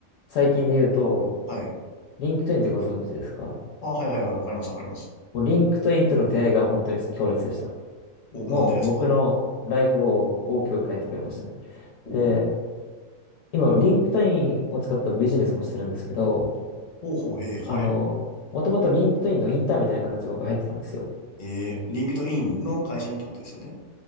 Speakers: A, on the left; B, on the left.
A: 最近で言うと、
B: はい。
A: リンクトインってご存知ですか
B: あ、はいはいはい。わかりますわかります。
A: もうリンクトインとの出会いが本当に強烈でした。
B: お、
A: もう僕のライフを大きく変えてくれましたね。
B: なんでですかほうほう。
A: で、今、リンクトインを使ったビジネスもしてるんですけど、
B: ほうほう、ええ、
A: あの、
B: はい。
A: もともとリンクトインのインターンみたいな形で僕入ってたんですよ。
B: ええ、リンクドインの会社にってことですよね。